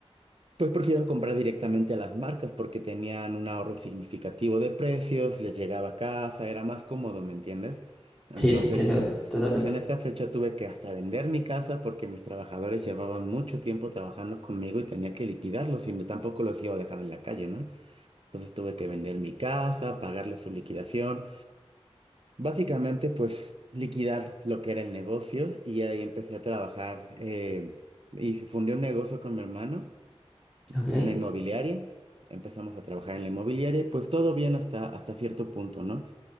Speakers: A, on the right; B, in the centre.
A: pues prefieren comprar directamente a las marcas porque tenían un ahorro significativo de precios, les llegaba a casa, era más cómodo, ¿me entiendes? Entonces,
B: Sí, te entiendo totalmente.
A: pues en esta fecha tuve que hasta vender mi casa porque mis trabajadores llevaban mucho tiempo trabajando conmigo y tenía que liquidarlos y no, tampoco los iba a dejar en la calle, ¿no? Entonces tuve que vender mi casa, pagarles su liquidación, básicamente pues liquidar lo que era el negocio y ahí empecé a trabajar eh, y se fundé un negocio con mi hermano
B: Ok.
A: una inmobiliaria, empezamos a trabajar en la inmobiliaria y pues todo bien hasta, hasta cierto punto, ¿no?